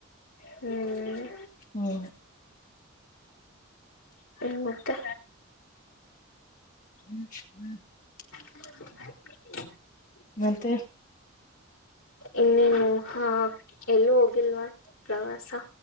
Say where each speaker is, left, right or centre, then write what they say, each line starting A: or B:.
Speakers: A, on the left; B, on the left.
A: ಹ್ಮ್
B: ಹ್ಮ್
A: ಹ್ಮ ಮತ್ತೆ
B: ಹ್ಮ್ ಹ್ಮ್ <unintelligible>
A: ಹ <inaudible>
B: ಮತ್ತೆ
A: ಇನ್ನೇನು ಹಾ ಎಲ್ಲ ಹೋಗಿಲ್ವಾ ಪ್ರವಾಸ